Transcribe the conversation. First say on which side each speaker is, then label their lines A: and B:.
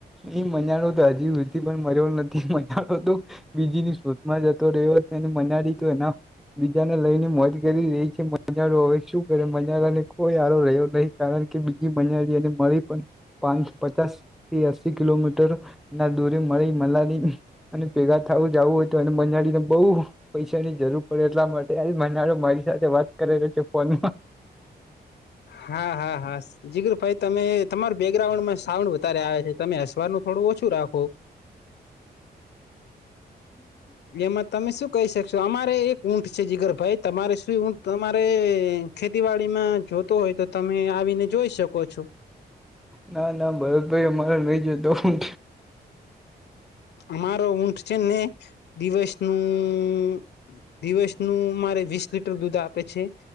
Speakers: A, in the centre; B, on the left (about 75°).
A: એ મજાડો તો હજીથી પણ મર્યો નથી. મજાડો તો- બીજી ની શોધમાં જતો રહ્યો છે અને મનારી તો- બીજાને લઈને મોજ કરી રહી છે. મજારો હવે શું કરે મજાાર ને કોઈ આરો રહ્યો નહી. કારણ કે બીજી મજા અને મળી પણ પાંચ- પચાસ થી અસી કિલોમીટર ના દૂરી મળી મલાની- અને ભેગા થવું જવું હોય તો અને મંજાળીને બહુ- પૈસા ની જરૂર પડે એટલા માટે આજ મનાડો મારી સાથે વાત કરેલો છે ફોનમાં-
B: હા હા હા જીગરુ ભાઈ તમે તમાર બેકગ્રાઉન્ડમાં સાઉન્ડ વધારે આવે છે તમે હસવારનું- થોડું ઓછું રાખો. એમાં તમે શું કહી શકશો અમારે એક ઊંટ છે જીગર ભાઈ તમારે શું ઊંટ તમારે- ખેતીવાડીમાં જોતો હોય તો તમે આવીને જોઈ શકો છો.
A: ના ના ભરતભાઈ અમારો નહી જતો હું.
B: અમારો ઊંટ છે ને દિવસ નું- દિવસનું અમારે વીસ લીટર દૂધ આપે છે.